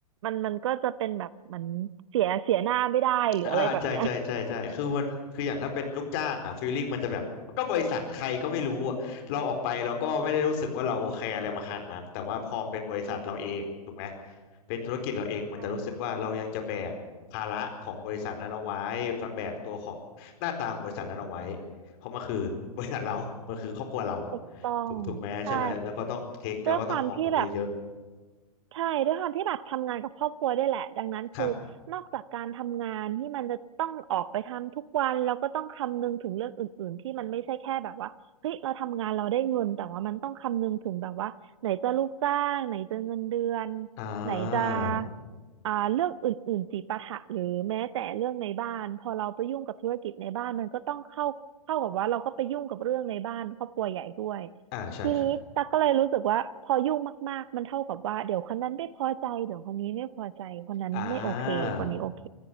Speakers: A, on the right (about 50°); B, on the left (about 40°).
A: มันมันก็จะเป็นแบบเหมือนเสียเสียหน้าไม่ได้หรืออะไรแบบเนี้ย
B: อ่าใช่ใช่ใช่ใช่คือมันคืออย่างถ้าเป็นลูกจ้างอ่ะฟีลลิ่งมันจะแบบมันก็บริษัทใครก็ไม่รู้อะเราออกไปเราก็ไม่ได้รู้สึกว่าเราแคร์อะไรมาขนาดนั้นแต่ว่าพอเป็นบริษัทเราเองถูกไหมเป็นธุรกิจเราเองมันจะรู้สึกว่าเรายังจะแบกภาระของบริษัทนั้นเอาไว้
A: ใช่
B: แบกตัวของหน้าตาของบริษัทนั้นเอาไว้เพราะมันคือ <laughs> บริษัทเรามันคือครอบครัวเรา
A: ถูกต้องใช่
B: ถูกถูกไหมใช่ไหมแล้วก็ต้องเทคเราก็ต้องมองตรงนี้เยอะ
A: ด้วยความที่แบบใช่ด้วยความที่แบบทำงานกับครอบครัวได้วยแหละดังนั้นคือนอกจากการทำงานที่มันจะต้องออกไปทำทุกวันแล้วก็ต้องคำนึงถึงเรื่องอื่นๆที่มันไม่ใช่แค่แบบว่าเฮ้ยเราทำงานเราได้เงินแต่ว่ามันต้องคำนึงถึงแบบว่าไหนจะลูกจ้างไหนจะเงินเดือน
B: ครับอ่า
A: ไหนจะอ่าเรื่องอื่นๆจิปาถะหรือแม้แต่เรื่องในบ้านพอเราไปยุ่งกับธุรกิจในบ้านมันก็ต้องเข้าเข้ากับว่าเราก็ไปยุ่งกับเรื่องในบ้านครอบครัวใหญ่ด้วย
B: อ่าใช่ครับ
A: ทีนี้ตั๊กก็เลยรู้สึกว่าพอยุ่งมากๆมันเท่ากับว่าเดี๋ยวคนนั้นไม่พอใจเดี๋ยวคนนี้ไม่พอใจคนนั้นไม่โอเคคนนี้โอเค
B: อ่า